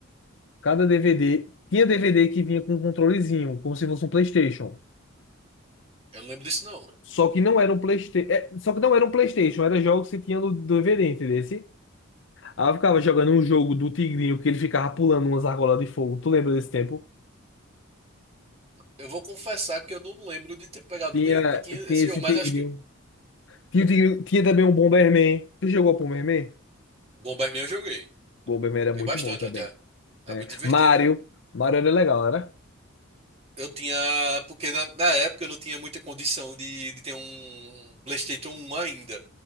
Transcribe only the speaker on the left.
Cada DVD tinha DVD que vinha com um controlezinho, como se fosse um PlayStation.
Só que não era um PlayStation, só que não era um PlayStation, era jogos que tinha no DVD, entendeu? Aí eu ficava jogando um jogo do Tigrinho que ele ficava pulando umas argolas de fogo. Tu lembra desse tempo?
Tinha,
tinha esse
Tigrinho.
Tinha, o tigrinho- tinha também um Bomberman. Tu jogou Bomberman?
Bomberman era
muito
bom também.
É.
Mario. Mario era legal, não era?